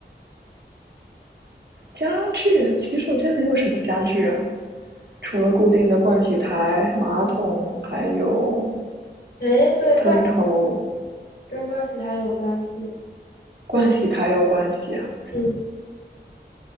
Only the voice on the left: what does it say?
哎，对，
盥跟盥洗台有关系。
嗯，